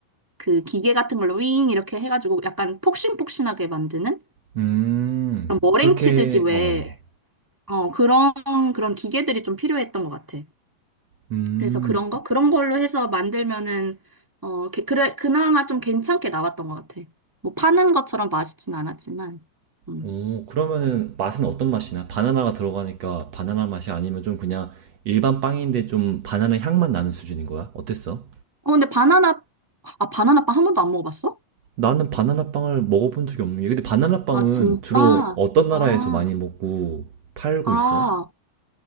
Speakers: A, on the right (about 20°); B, on the right (about 55°).
A: 그 기계 같은 걸로 윙 이렇게 해가지고 약간 폭신폭신하게 만드는?
B: 음,
A: 그런 머랭
B: 그렇게,
A: 치듯이 왜
B: 어.
A: 어, 그런, 그런 기계들이 좀 필요했던 것 같아.
B: 음,
A: 그래서 그런 거? 그런 걸로 해서 만들면은, 어, 게- 그래, 그나마 좀 괜찮게 나왔던 것 같아. 뭐 파는 것처럼 맛있진 않았지만. 음.
B: 오, 그러면은 맛은 어떤 맛이나? 바나나가 들어가니까 바나나 맛이 아니면 좀 그냥 일반 빵인데 좀 바나나 향만 나는 수준인 거야? 어땠어?
A: 어, 근데 바나나, 아, 바나나빵 한 번도 안 먹어봤어?
B: 나는 바나나 빵을 먹어본 적이 없는 게, 근데 바나나 빵은
A: 아, 진짜?
B: 주로 어떤 나라에서
A: 아,
B: 많이 먹고 팔고
A: 아,
B: 있어?